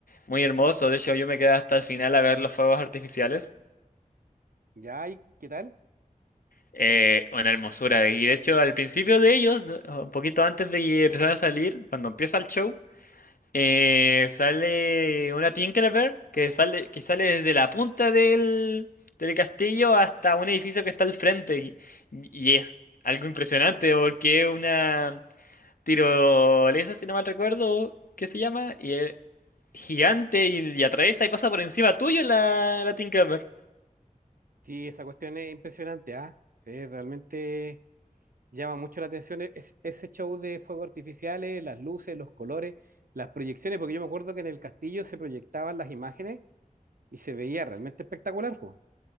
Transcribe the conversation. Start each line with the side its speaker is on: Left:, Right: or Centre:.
Left: muy hermoso. De hecho, yo me quedé hasta el final a ver los fuegos artificiales.
Right: Ya, ¿y qué tal?
Left: Eh, una hermosura. Y de hecho, al principio de ellos, un poquito antes de que empezaran a salir, cuando empieza el show, eh, sale una Tinkerbell que sale, que sale desde la punta del, del castillo hasta un edificio que está al frente. Y, y es algo impresionante porque es una tirolesa, si no mal recuerdo, ¿qué se llama? Y es gigante y, y atraviesa y pasa por encima tuyo la, la Tinkerbell.
Right: Sí, esa cuestión es impresionante, ¿ah? Es realmente... llama mucho la atención e-, es- ese show de fuegos artificiales, las luces, los colores, las proyecciones, porque yo me acuerdo que en el castillo se proyectaban las imágenes y se veía realmente espectacular, po.